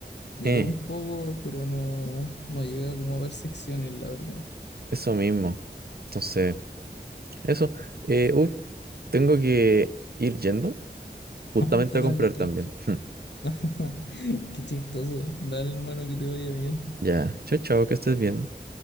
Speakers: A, on the left; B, on the right.
A: de
B: Eh,
A: todo un poco, pero no, no llega como a ver secciones, la verdad.
B: eso mismo. Entonces, eso. Eh, uh, tengo que ir yendo justamente
A: Ah, dale,
B: a comprar
A: tranqui.
B: también. <laughs>
A: <laughs> Qué chistoso. Dale, hermano, que te vaya bien.
B: Ya, chao, chao, que estés bien.